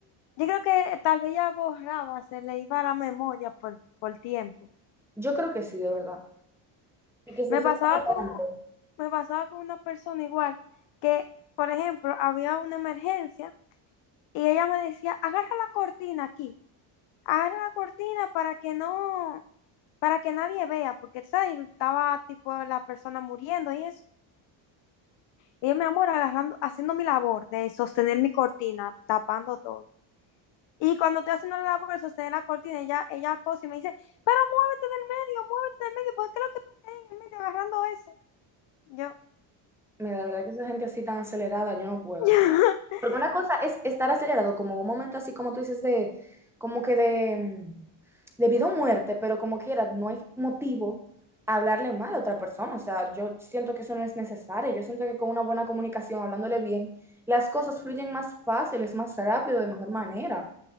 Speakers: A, on the left; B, in the centre.
A: Yo creo que tal vez ya borraba, se le iba la memoria por, por tiempo.
B: yo creo que sí, de verdad. Y que se
A: Me
B: desespera
A: pasaba con,
B: tanto.
A: me pasaba con una persona igual que, por ejemplo, había una emergencia y ella me decía, agarra la cortina aquí, agarra la cortina para que no, para que nadie vea, porque ¿sabes? estaba tipo la persona muriendo y eso. Y yo, mi amor, agarrando, haciendo mi labor de sostener mi cortina, tapando todo. Y cuando estoy haciendo la labor de sostener la cortina, ella, ella cosa y me dice, pero muévete del medio, muévete del medio, porque lo que tú estás en el medio agarrando eso. Yo,
B: Mira, de verdad que esa gente así tan acelerada, yo no puedo.
A: <laughs>
B: Porque una cosa es estar acelerado, como un momento así como tú dices de, como que de, mm, de vida o muerte, pero como quiera, no hay motivo a hablarle mal a otra persona. O sea, yo siento que eso no es necesario. Yo siento que con una buena comunicación, hablándole bien, las cosas fluyen más fácil es más rápido, de mejor manera.